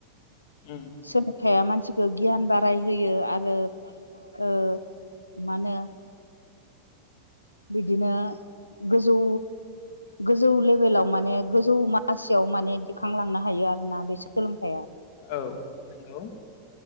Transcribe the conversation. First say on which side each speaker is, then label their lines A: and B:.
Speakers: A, on the left (about 50°); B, on the left (about 85°).
A: ओम
B: सोलोंथाइया मानसिखौ गियान बारायहोयो आरो मा होनो बिदिनो गोजौ गोजौ लेभेलाव माने गोजौ मासियाव माने दिखांलांनो हायो आरोना बे सोलोंथाइया
A: औ नंगौ